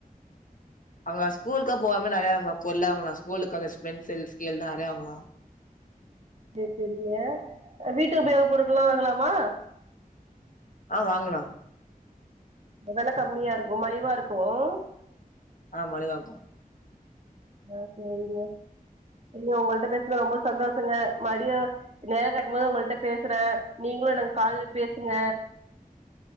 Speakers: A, on the left; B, on the right.
A: அவுங்க ஸ்கூலுக்க போகாம நெறைய. <unintelligible> ஸ்கூலுக்காக பென்சில், ஸ்கேல்லா நெறைய தருவாங்கலா.
B: சேரி செரிங்க, வீட்டு உபயோக பொருட்கல்லாம் வாங்கலாமா.
A: ஆ.. வாங்கலாம்.
B: அதெல்லாம் கம்மியா இருக்கும். மலிவா இருக்கும்.
A: ஆ.. மலிவா இருக்கும்.
B: ஆ.. சேரி டியர், உண்மையா உங்கள்ட்ட பேசுனது ரொம்ப சந்தோஷங்க, மை டியர். நேரம் இருக்கும் போது உங்கள்ட்ட பேசுறேன். நீங்களும் எனக்கு காலு பேசுங்க.